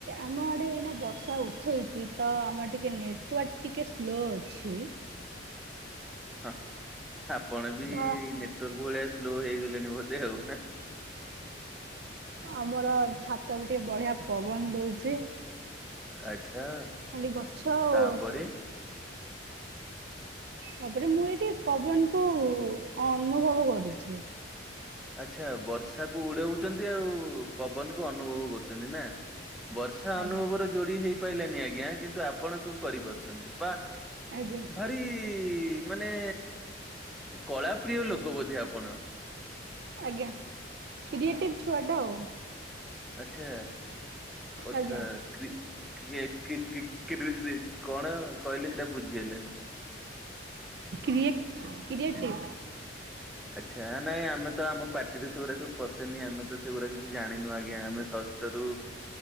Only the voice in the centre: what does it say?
ହଁ ଆପଣ ବି
ନେଟୱାର୍କ ଭଳିଆ ସ୍ଲୋ ହେଇଗଲେଣି ବୋଧେ ଆଉ।
ଆଛା
ତା ପରେ।
ଆଚ୍ଛା ବର୍ଷା କୁ ଉଡଉଛନ୍ତି ଆଉ ପବନ କୁ ଅନୁଭବ କରୁଛନ୍ତି ନା। ବର୍ଷା
ଅନୁଭବ ର ଯୋଡି ହେଇପାଇଲାନି ଆଜ୍ଞା କିନ୍ତୁ ଆପଣ ସବୁ କରିପାରୁ ଚନ୍ତି ବା
ଭାରି ମାନେ। କଳା ପ୍ରିୟ ଲୋକ ବୋଧେ ଆପଣ।
ଆଚ୍ଛା ଅଚ୍ଛା
କ୍ରି କ୍ରିଏ - କି - କି -କ୍ରି -ରେ କଣ କହିଲେ ସେଟା ବୁଝିହେଲାନି।
ଆଚ୍ଛା ଆ ନାଇଁ ଆମେ ତ ଆମ ପାଟି ରେ ସେଗୁରା ସବୁ ପଶେନି ଆମେ ତ ସେଇଗୁରା କିଛି ଛି ଜାଣିନୁ ଆଜ୍ଞା ଆମେ ଷଷ୍ଟ ରୁ।